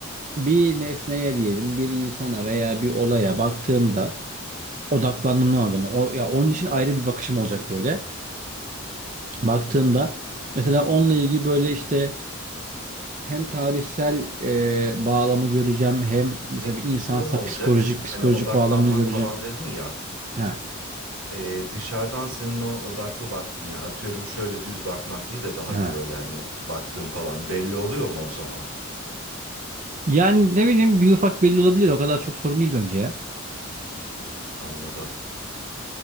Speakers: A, on the right; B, on the right.
A: bir nesneye diyelim bir insana veya bir olaya baktığımda odaklandım ama ben o ya onun için ayrı bir bakışım olacak böyle. baktığımda mesela onunla ilgili böyle işte hem tarihsel e, bağlamı göreceğim hem mesela
B: Peki
A: bir insansa
B: bir sorum olacak.
A: psikolojik
B: Hani
A: psikolojik
B: odaklanmak
A: bağlamını göreceğim.
B: falan dedin ya.
A: Ha,
B: Ee, dışarıdan senin o odaklı baktın ya. Atıyorum şöyle düz bakmak değil de daha
A: ha.
B: bir böyle hani baktığın falan belli oluyor mu o zaman?
A: Yani ne bileyim bir ufak belli olabilir o kadar çok sorun değil bence ya.
B: Anladım.